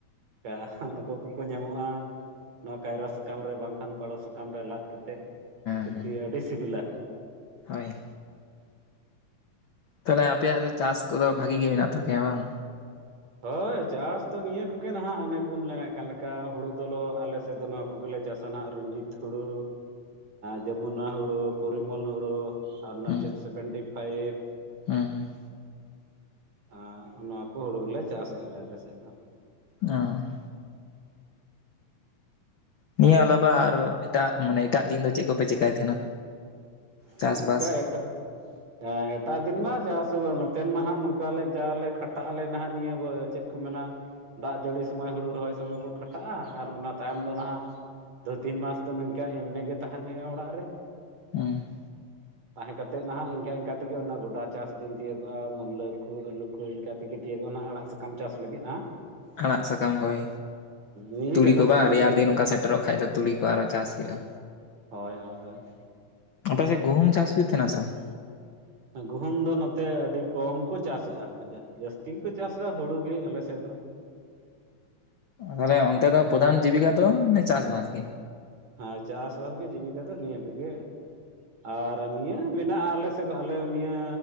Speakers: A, on the right; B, on the left.
A: ᱠᱟ ᱱᱩᱠᱩ ᱠᱩᱠᱩ ᱧᱟᱢᱚᱜ-ᱟ, ᱱᱚᱣᱟ ᱠᱟᱭᱨᱟ ᱥᱟᱠᱟᱢ ᱨᱮ ᱵᱟᱝᱠᱷᱟᱱ ᱯᱟᱹᱲᱳ ᱥᱟᱠᱟᱢ ᱨᱮ ᱞᱟᱫ ᱠᱟᱛ ᱛᱮᱜ ᱥᱤᱯᱤ
B: ᱦᱮᱸ
A: ᱟᱹᱰᱤ ᱥᱤᱵᱤᱞᱟ᱾
B: ᱦᱳᱭ᱾ ᱛᱟᱦᱚᱞᱮ ᱟᱯᱮᱭᱟᱜ ᱫᱚ ᱪᱟᱥ ᱠᱚᱫᱚ ᱵᱷᱟᱜᱤ ᱜᱤ ᱢᱮᱱᱟᱜ ᱛᱟᱯᱮᱭᱟ ᱵᱟᱝ?
A: ᱦᱳᱭ ᱪᱟᱥ ᱫᱚ ᱱᱤᱭᱟᱹ ᱠᱚᱜᱮ ᱱᱟᱸᱦᱟᱜ ᱚᱱᱮᱵᱚᱱ ᱢᱮᱱᱮᱫ ᱠᱟᱱ ᱞᱮᱠᱟ ᱦᱩᱲᱩ ᱫᱚᱞᱚ ᱟᱞᱮ ᱥᱮᱫ ᱫᱚ ᱱᱚᱣᱟ ᱠᱚ ᱜᱮᱞᱮ ᱪᱟᱥᱟ ᱱᱟᱦᱟᱜ ᱨᱚᱧᱡᱤᱛ ᱦᱩᱲᱩ, ᱡᱚᱢᱩᱱᱟ ᱦᱩᱲᱩ, ᱯᱚᱨᱤᱢᱚᱞ ᱦᱩᱲᱩ ᱟᱨ ᱚᱱᱟ
B: ᱦᱩᱸ
A: ᱪᱮᱫ ᱥᱮᱵᱷᱮᱱᱴᱤ ᱯᱷᱟᱭᱤᱵᱽ
B: ᱦᱩᱸ
A: ᱟᱸ ᱚᱱᱟ ᱠᱚ ᱦᱩᱲᱩ ᱜᱮᱞᱮ ᱪᱟᱥ ᱥᱮᱟᱞᱮ ᱟᱞᱮ ᱥᱮᱫ ᱫᱚ᱾
B: ᱚᱸᱻ ᱱᱤᱭᱟᱹ ᱟᱞᱟᱵᱟ ᱟᱨ ᱮᱴᱟᱜ ᱢᱟᱱᱮ ᱮᱴᱟᱜ ᱫᱤᱱ ᱫᱚ ᱪᱮᱫ ᱠᱚᱯᱮ ᱪᱮᱠᱟᱭᱫ ᱛᱟᱦᱮᱱᱟ?
A: ᱟᱸ
B: ᱪᱟᱥᱵᱟᱥ
A: ᱱᱤᱝᱠᱟ ᱮᱠᱴᱟᱜ ᱮᱴᱟᱜ ᱫᱤᱱ ᱢᱟ ᱪᱟᱥ ᱱᱚᱛᱮᱱ ᱢᱟ ᱦᱟᱸᱜ ᱱᱚᱝᱠᱟ ᱞᱮ ᱡᱟᱞᱮ ᱠᱷᱟᱴᱟᱜ ᱟᱞᱮ ᱱᱟᱦᱟᱜ ᱱᱤᱭᱟᱹ ᱪᱮᱫ ᱠᱚ ᱢᱮᱱᱟ ᱫᱟᱜ ᱡᱟᱹᱲᱤ ᱥᱚᱢᱚᱭ ᱦᱩᱲᱩ ᱨᱚᱦᱚᱭ ᱥᱚᱢᱚᱭ ᱵᱚᱱ ᱠᱷᱟᱴᱟᱜ-ᱟ ᱟᱨ ᱚᱱᱟ ᱛᱟᱭᱚᱢ ᱫᱚ ᱱᱟᱦᱟᱜ ᱫᱩ ᱛᱤᱱ ᱢᱟᱥ ᱫᱚ ᱱᱚᱤᱝᱠᱟ ᱮᱢᱱᱤ ᱜᱮ ᱛᱟᱦᱮᱱ ᱦᱩᱭᱩᱜ-ᱟ ᱚᱲᱟᱜ ᱨᱮ᱾
B: ᱦᱩᱸ
A: ᱛᱟᱦᱮᱸ ᱠᱟᱛᱮᱜ ᱱᱟᱦᱟᱜ ᱤᱱᱠᱟ ᱤᱱᱠᱟ ᱛᱮᱜᱮ ᱚᱱᱟ ᱜᱚᱰᱟ ᱪᱟᱥ ᱫᱤᱱ ᱛᱤᱭᱟᱹᱜᱚᱜ-ᱟ ᱢᱩᱞᱟᱹ ᱠᱚ, ᱟᱹᱞᱩ ᱠᱚ, ᱠᱚ ᱤᱱᱠᱟ ᱛᱮᱜᱮ ᱛᱤᱭᱟᱹᱜᱚᱜ-ᱟ ᱱᱟᱜ ᱟᱲᱟᱜ ᱥᱟᱠᱟᱢ ᱪᱟᱥ ᱞᱟᱹᱜᱤᱫ ᱦᱟᱸ
B: ᱟᱲᱟᱜ ᱥᱟᱠᱟᱢ ᱦᱳᱭ
A: ᱱᱤᱭᱟᱹ
B: ᱛᱩᱲᱤ
A: ᱪᱟᱸᱫᱳ
B: ᱠᱚ
A: ᱵᱷᱟᱫᱨᱚ
B: ᱵᱟᱝ ᱨᱮᱭᱟᱲ
A: ᱪᱟᱸᱫᱳ
B: ᱫᱤᱱ ᱚᱱᱠᱟ ᱥᱮᱴᱮᱨᱚᱜ ᱠᱷᱟᱡ ᱫᱚ ᱛᱩᱲᱤ ᱠᱚ ᱟᱨᱦᱚ ᱪᱟᱥ ᱦᱩᱭᱩᱜᱼᱟ
A: ᱦᱳᱭ ᱦᱳᱭ ᱦᱳᱭ
B: ᱟᱯᱟᱥᱮᱫ ᱜᱩᱦᱩᱢ ᱪᱟᱥ ᱦᱩᱭᱩᱜ ᱛᱟᱦᱮᱱᱟ ᱥᱮ ᱵᱟᱝ
A: ᱜᱩᱦᱩᱢ ᱫᱚ ᱱᱚᱛᱮ ᱟᱹᱰᱤ ᱠᱚᱢ ᱠᱚ ᱪᱟᱥᱮᱫᱼᱟ ᱡᱟᱹᱥᱛᱤ ᱜᱮᱠᱚ ᱪᱟᱥᱟ ᱦᱩᱲᱩ ᱜᱮ ᱟᱞᱮ ᱥᱮᱫ ᱫᱚ
B: ᱛᱟᱦᱚᱞᱮ ᱚᱱᱛᱮ ᱫᱚ ᱯᱨᱚᱫᱷᱟᱱ ᱡᱤᱵᱤᱠᱟ ᱫᱚ ᱪᱟᱥᱵᱟᱥ ᱜᱮ
A: ᱦᱮᱸ ᱪᱟᱥᱵᱟᱥ ᱜᱮ ᱡᱤᱵᱤᱠᱟ ᱫᱚ ᱱᱤᱭᱟᱹ ᱠᱚᱜᱮ ᱟᱨ ᱱᱤᱭᱟᱹ ᱢᱮᱱᱟᱜᱼᱟ ᱟᱞᱮ ᱟᱞᱮ ᱱᱤᱭᱟᱹ